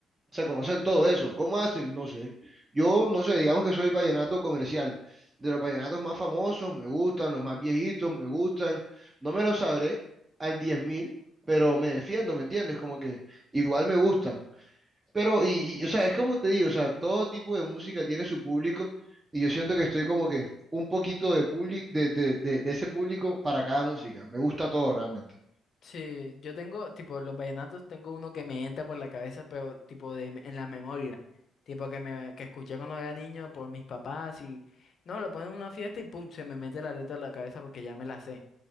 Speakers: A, on the right (about 25°); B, on the left (about 60°).
A: se conocen todo eso. ¿Cómo hacen? No sé. Yo, no sé, digamos que soy vallenato comercial. De los vallenatos más famosos, me gustan, los más viejitos, me gustan. No me los sabré al 10.000 pero me defiendo, ¿me entiendes? Como que igual me gustan. Pero, y, y, o sea, es como te digo, o sea, todo tipo de música tiene su público y yo siento que estoy como que un poquito de, público de, de, de, de ese público para cada música. Me gusta todo realmente.
B: Sí, yo tengo, tipo, los vallenatos, tengo uno que me entra por la cabeza, pero tipo de, en la memoria, tipo que me que escuché cuando era niño por mis papás y no, lo ponen en una fiesta y pum, se me mete la letra en la cabeza porque ya me la sé.